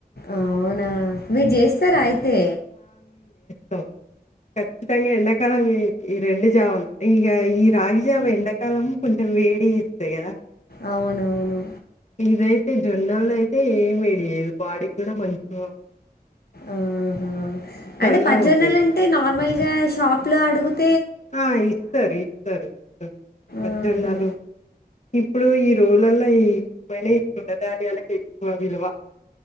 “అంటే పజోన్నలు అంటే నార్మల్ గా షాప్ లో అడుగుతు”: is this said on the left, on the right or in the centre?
Left